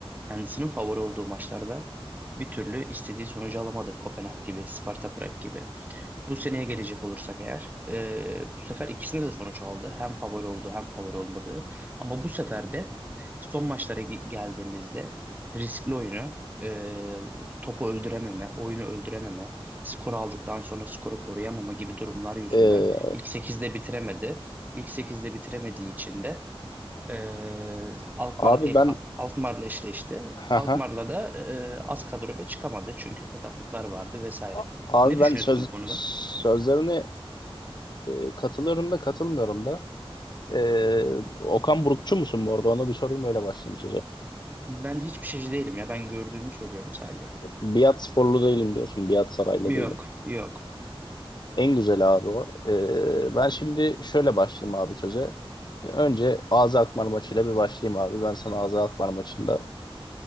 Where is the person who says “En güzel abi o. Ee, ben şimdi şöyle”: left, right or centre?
Left